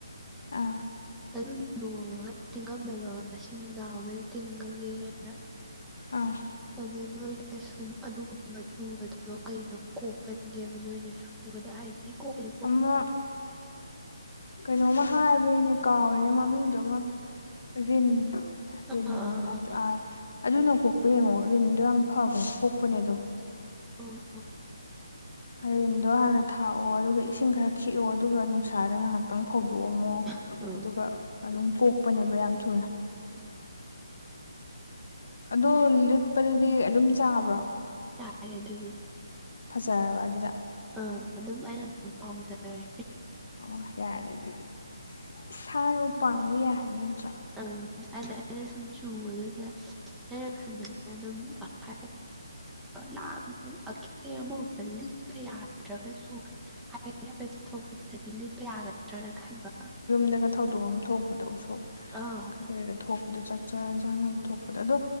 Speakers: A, on the left; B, in the centre.
A: ꯑꯥ
B: ꯑꯗꯨ ꯂꯣꯏꯔꯒ ꯇꯤꯡꯉꯝꯃꯦꯕ ꯁꯤ ꯅꯨꯡꯗꯥꯡ ꯑꯃꯗꯤꯗꯤ ꯇꯤꯡꯉꯒꯦꯅ
A: ꯑꯥ
B: ꯑꯗꯨ ꯅꯣꯏꯅ ꯁꯨꯝ ꯑꯗꯨꯒꯨꯝꯕ ꯆꯨꯕꯗꯨꯗꯣ ꯀꯩꯅꯣ ꯀꯣꯛꯀꯟꯒꯦꯕ ꯅꯣꯏꯅ ꯁꯨꯝ ꯎꯗ ꯍꯥꯏ ꯀꯣ
A: ꯑꯃ ꯀꯩꯅꯣꯝꯃ ꯍꯥꯏꯕꯒꯤꯅꯦ ꯀꯥꯎꯔꯤꯦꯅꯦ ꯃꯃꯤꯡꯗꯨ ꯑꯃ ꯔꯤꯟ ꯔꯤꯟ
B: ꯑꯥ
A: ꯉ꯭ꯔ ꯑꯥ ꯑꯗꯨꯅ ꯀꯣꯛꯄ ꯌꯦꯡꯉꯣ ꯔꯤꯟꯗꯣ ꯌꯥꯝ ꯐꯕꯅꯦ ꯀꯣꯛꯄꯅꯦ ꯑꯗꯨꯝ
B: ꯑꯣ
A: ꯍꯔꯤꯟꯗꯣ ꯍꯥꯟꯅ ꯊꯥꯛꯑꯣ ꯑꯗꯨꯒ ꯏꯁꯤꯡ ꯈꯔ ꯈꯤꯛꯑꯣ ꯑꯗꯨꯒ ꯅꯨꯡꯁꯥꯗ ꯉꯥꯏꯍꯥꯛꯇꯪ ꯐꯧꯗꯣꯛꯑꯝꯃꯣ
B: ꯑꯥ
A: ꯑꯗꯨꯒ ꯑꯗꯨꯝ ꯀꯣꯛꯄꯅꯦꯕ ꯌꯥꯝ ꯊꯨꯅ
B: ꯎꯝ
A: ꯑꯗꯨ ꯂꯤꯠꯄꯗꯗꯤ ꯑꯗꯨꯝ ꯆꯥꯕ꯭ꯔꯣ
B: ꯆꯥꯒꯦ ꯑꯗꯨꯗꯤ
A: ꯐꯖꯔꯕ ꯑꯗꯨꯗ
B: ꯑꯥ ꯑꯗꯨꯝ ꯑꯩꯅ ꯑꯗꯨꯝ ꯄꯥꯝꯖꯔꯦ
A: ꯑꯣ ꯌꯥꯔꯦ ꯑꯗꯨꯗꯤ ꯏꯁꯥꯅꯕꯨ ꯄꯥꯝꯃꯗꯤ ꯌꯥꯏ ꯍꯥꯏꯗ ꯅꯠꯇ꯭ꯔꯣ
B: ꯑꯝ ꯑꯗ ꯑꯩꯅ ꯁꯨꯝ ꯆꯨꯕꯗꯨꯗ ꯂꯩꯩꯅ ꯈꯟꯕꯅꯤꯅ ꯑꯗꯨꯝ ꯍꯥꯏꯐꯦ ꯌꯥꯝꯅ ꯑꯀꯦ ꯑꯃꯗ ꯂꯤꯠꯄ ꯌꯥꯗ꯭ꯔꯒꯁꯨ ꯍꯥꯏꯐꯦꯠꯇ ꯍꯥꯏꯐꯦꯠꯇ ꯊꯣꯛꯄꯗꯗꯤ ꯂꯤꯠꯄ ꯌꯥꯒꯗ꯭ꯔꯅ ꯈꯟꯕ
A: ꯗꯒ ꯊꯧꯗꯣꯛ ꯑꯃ ꯊꯣꯛ ꯀꯗ ꯁꯣ
B: ꯑꯥ
A: ꯀ ꯀꯩꯗ ꯊꯣꯛꯄꯗ ꯆꯥꯛꯆꯥ ꯆꯥꯅꯕ ꯊꯣꯛꯄꯗ ꯑꯗꯣ